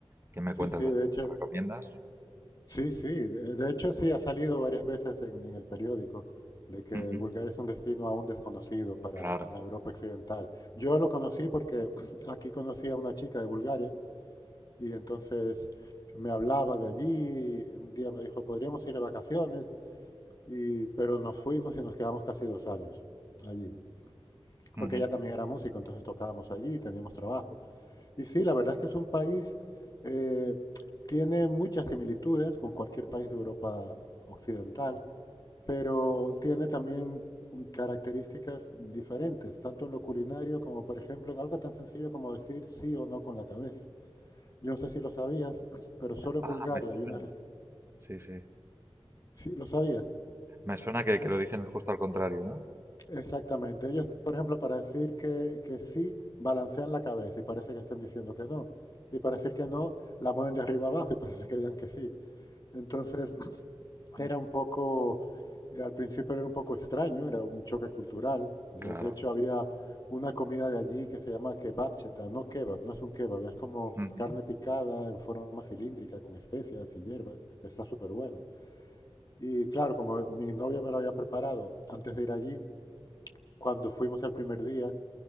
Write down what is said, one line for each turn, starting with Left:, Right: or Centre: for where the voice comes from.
Right: ¿Qué me
Left: Sí,
Right: cuentas
Left: sí,
Right: de
Left: de
Right: allí? ¿Me
Left: hecho,
Right: lo recomiendas?
Left: sí, sí. De de hecho, sí, ha salido varias veces en, en el periódico de que
Right: Ujú,
Left: Bulgaria es un destino aún desconocido para
Right: Claro.
Left: la Europa occidental. Yo lo conocí porque <clears throat> aquí conocí a una chica de Bulgaria Y entonces me hablaba de allí, y un día me dijo, podríamos ir de vacaciones, y, pero nos fuimos y nos quedamos casi dos años allí,
Right: ujú.
Left: porque ella también era músico, entonces tocábamos allí, teníamos trabajo. Y sí, la verdad es que es un país, eh, tiene muchas similitudes con cualquier país de Europa occidental, pero tiene también características diferentes, tanto en lo culinario como, por ejemplo, en algo tan sencillo como decir sí o no con la cabeza. Yo no sé si lo sabías, pero solo en
Right: Ah,
Left: Bulgaria
Right: me suena.
Left: hay una... re-
Right: Sí, sí.
Left: Sí, lo sabías.
Right: Me suena que, que lo dicen justo al contrario, ¿no?
Left: Exactamente. Ellos, por ejemplo, para decir que, que sí, balancean la cabeza y parece que estén diciendo que no. Y para decir que no, la mueven de arriba abajo y <laughs> parece que digan que sí. Entonces, <clears throat> era
Right: Mm.
Left: un poco, eh, al principio era un poco extraño, era un choque cultural. De,
Right: Claro.
Left: de hecho, había una comida de allí que se llama kebabcheta, no kebab, no es un kebab, es como
Right: ujú.
Left: carne picada en forma cilíndrica con especias y hierbas. Está súper buena. Y claro, como mi novia me lo había preparado antes de ir allí, cuando fuimos el primer día,